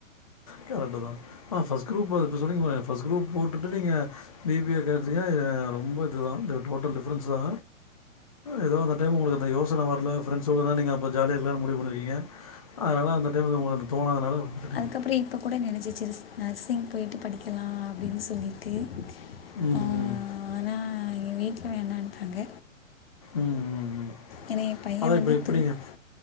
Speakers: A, on the left; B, on the left.
A: கரட்டு் தா ஆ ஃபஸ் க்ரூப் அது இப்போ சொன்னிங்களே ஃபஸ் க்ரூப் போட்டுட்டு நீங்க பி பி ஐ <unintelligible> இல்ல ரொம்ப இதுதா இந்த டோட்டல் டிஃப்ரன்ஸ் தா எதோ அந்த டைம் உங்குளுக்கு அந்த யோசன வர்ல ஃப்ரண்ட்ஸோட தா நீங்க அப்ப ஜாலியா இருக்லான் முடிவு பண்ணிருக்கிங்க அதனால அந்த டைம் வந்து உங்குளுக்கு தோணாதனால விட்டுட்டீங்க.
B: அதுக்கப்றோ இப்போ கூட நெனச்ச சேரி நர்சிங் போய்ட்டு படிக்கலா அப்டின் சொல்லி ட்டு
A: ம்,
B: ஆ
A: ம்.
B: ஆனா எங்க வீட்ல வேணான்ட்டாங்க
A: ம் ம் ம்
B: எனா என் பையன்
A: அதான்
B: வந்து
A: இப்ப இப்ப
B: துருத்
A: நீங்க